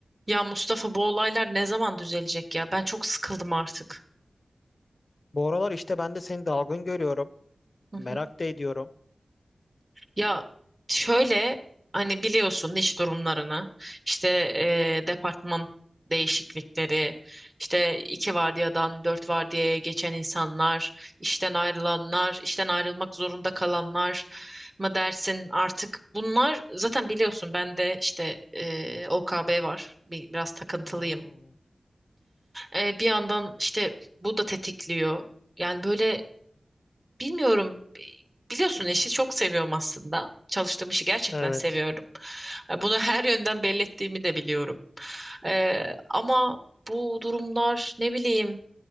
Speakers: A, on the right (about 25°); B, on the left (about 50°).
A: Ya Mustafa bu olaylar ne zaman düzelecek ya? Ben çok sıkıldım artık.
B: Bu aralar işte ben de seni dalgın görüyorum.
A: Hı
B: Merak
A: hı.
B: da ediyorum.
A: Ya şöyle hani biliyorsun iş durumlarını işte eee, departman değişiklikleri işte iki vardiyadan dört vardiyaya geçen insanlar işten ayrılanlar işten ayrılmak zorunda kalanlar mı dersin artık bunlar zaten biliyorsun ben de işte eee, OKB var bir, biraz takıntılıyım
B: Hmm,
A: Eee, bir yandan işte bu da tetikliyor yani böyle Bilmiyorum. Biliyorsun işi çok seviyorum aslında. Çalıştığım işi gerçekten
B: evet.
A: seviyorum. E, Bunu <laughs> her yönden belli ettiğimi de biliyorum. Ee, ama bu durumlar ne bileyim